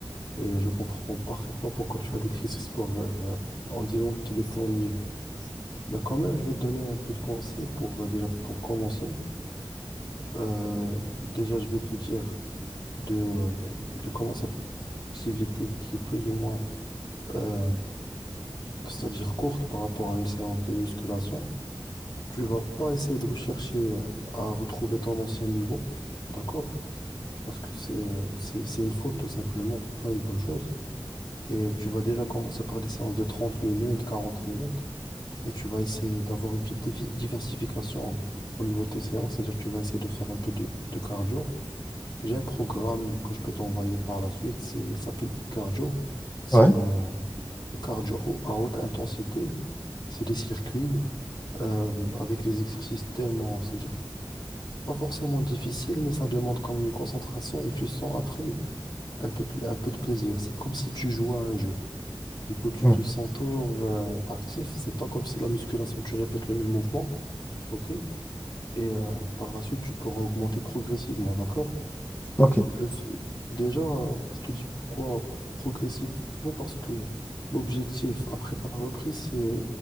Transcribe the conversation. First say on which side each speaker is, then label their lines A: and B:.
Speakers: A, on the left; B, on the left.
A: Et je comprends parfaitement pourquoi tu as décrit ce sport euh, en disant qu'il était ennuyeux. Ben quand même, je vais te donner un peu de conseils pour, euh, déjà, pour commencer. Euh, déjà, je vais te dire de, de commencer activité qui est plus ou moins, euh, c'est-à-dire courte par rapport à une séance de musculation, tu vas pas essayer de rechercher euh, à retrouver ton ancien niveau, d'accord? Parce que c'est euh, c'est, c'est une faute tout simplement, pas une bonne chose. Et tu vas déjà commencer par des séances de 30 minutes, 40 minutes, et tu vas essayer d'avoir une petite dévi- diversification au niveau de tes séances, c'est-à-dire que tu vas essayer de faire un peu de, de cardio J'ai un programme que je peux t'envoyer par la suite. C'est, il s'appelle Hit Cardio. C'est
B: Ouais.
A: euh, cardio à haute intensité. C'est des circuits euh, avec des exercices tellement, c'est-à-dire pas forcément difficiles, mais ça demande quand même une concentration et tu sens après un peu, pl- un peu de plaisir. C'est comme si tu jouais à un jeu. Du coup, tu
B: Hmm.
A: te sens toujours euh, actif. C'est pas comme si la musculation, tu répètes le même mouvement. OK? Et euh, par la suite, tu pourras augmenter progressivement. D'accord?
B: Ok.
A: Le f- Déjà, euh, je te dis pourquoi progressivement, parce que l'objectif après ta reprise, c'est